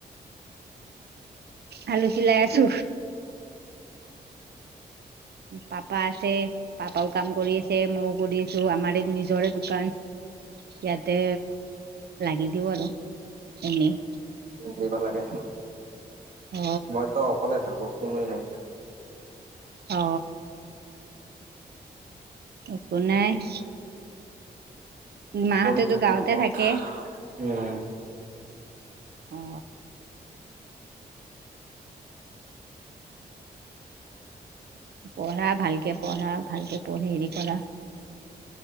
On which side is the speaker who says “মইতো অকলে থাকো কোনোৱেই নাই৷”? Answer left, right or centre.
Right